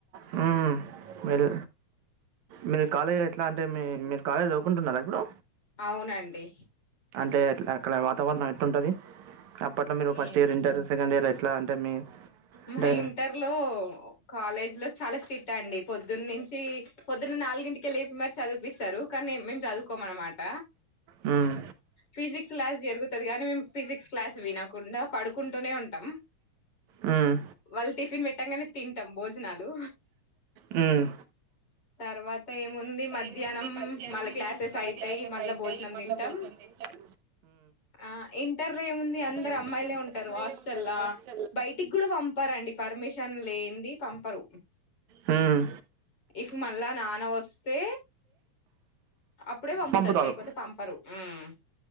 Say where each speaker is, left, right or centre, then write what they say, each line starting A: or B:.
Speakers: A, on the right; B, on the left.
A: హ్మ్ వెళ్ళ మీర్ కాలేజ్ ఎట్లా అంటే మీ మీరు కాలేజ్ చదువుకుంటున్నారా ఇప్పుడు
B: అవునండి
A: టే అక్కడ వాతావరణం ఎట్టుంటది అప్పట్లో మీరు first
B: ఏ
A: year inter second year ఎట్లా అంటే మీ
B: మా
A: అంటే
B: ఇంటర్ లో కాలేజ్ లో చాలా స్ట్రీట్ అండి పొద్దున్న నుంచి పొద్దున్న నాలుగింటి లేపి మరి చదిపిస్తారు కానీ మేము చదువుకోమ అనమాట
A: హ్మ్
B: ఫిజిక్స్ క్లాస్ జరుగుతుది కానీ మేము ఫిజిక్స్ క్లాస్ వినకుండా పడుకుంటూనే ఉంటాం
A: హ్మ్
B: వాళ్ళు టిఫిన్ పెట్టంగానే తింటాం భోజనాలు
A: హ్మ్
B: తర్వాత ఏముంది మధ్యాహ్నం
A: ఏముంది మధ్యానం
B: మళ్ళ క్లాసెస్
A: మళ
B: అయితాయి
A: క్లాసెస్
B: మళ్ళా
A: అయితాయి
B: భోజనం
A: మళ్ళ
B: తింటాం
A: భోజంనం తింటాం
B: ఆ ఇంటర్ లో ఏముంది అందరు
A: మ్
B: అమ్మాయిలే
A: అందరూ
B: ఉంటారు
A: అమ్మాయి
B: హాస్టల్లా
A: ఉంట హస్ట
B: బయటికి కూడా పంపరంండి పర్మిషన్ లేంది పంపరు
A: హ్మ్
B: ఇఫ్ మళ్ళా నాన్న వస్తే అప్పుడే
A: పంపుతారు
B: లేకపోతే పంపరు మ్మ్